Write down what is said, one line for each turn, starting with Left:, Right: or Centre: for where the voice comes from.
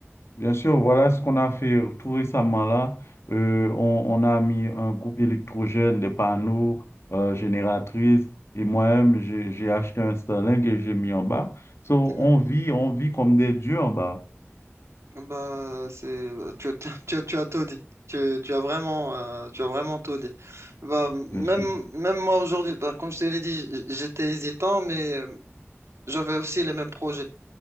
Left: Bien sûr, voilà ce qu'on a fait tout récemment là. Euh, on, on a mis un groupe électrogène, des panneaux, euh, génératrices, et moi-même, j'ai, j'ai acheté un Starlink et j'ai mis en bas. So,
Right: Mhm.
Left: on vit, on vit comme des dieux en bas,
Right: Bah, c'est, bah, tu, as- <laughs> tu, as tu as tout dit. Tu, tu as vraiment, euh, tu as vraiment tout dit. Bah, même,
Left: bien sûr.
Right: même moi aujourd'hui, bah, comme je te l'ai dit, j- j'étais hésitant, mais euh, j'avais aussi les mêmes projets